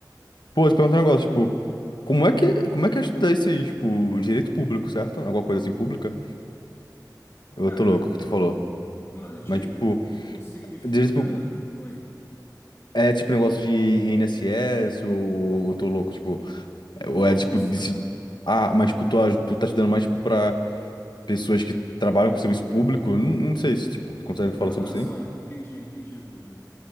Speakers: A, on the left; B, on the left.
A: Pô, te perguntar um negócio, tipo, como é que, como é que é estudar isso aí? Tipo, direito público, certo? Alguma coisa assim, pública? Eu
B: Cara,
A: tô louco que tu falou.
B: não, não, é direito
A: Mas, tipo,
B: público significa.
A: direito público
B: Oi,
A: é tipo negócio de INSS ou eu tô louco, tipo,
B: engloba
A: é- ou é tipo.
B: isso
A: desse-
B: também.
A: Ah, mas, tipo, tu, aj- tu tá estudando mais, tipo, pra pessoas que trabalham com serviço público? Não, não sei se, tipo, tu consegue falar
B: Ah,
A: sobre isso
B: só,
A: aí?
B: en- entendi, entendi a dúvida.